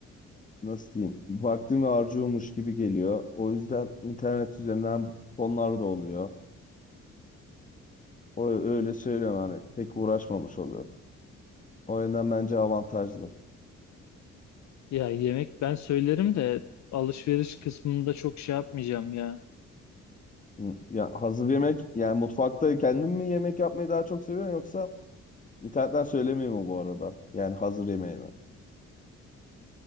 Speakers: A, on the left (about 25°); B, on the left (about 65°).
A: Nasıl diyeyim? Vaktimi harcıyormuş gibi geliyor. O yüzden internet üzerinden fonlar da oluyor. O öyle söylüyorum hani pek uğraşmamış oluyorum. O yönden bence avantajlı.
B: Ya yemek ben söylerim de alışveriş kısmında çok şey yapmayacağım ya.
A: Hı, Ya hazır yemek yani mutfakta kendim mi yemek yapmayı daha çok seviyorum yoksa internetten söylemeyi mi bu arada? Yani hazır yemeği mi?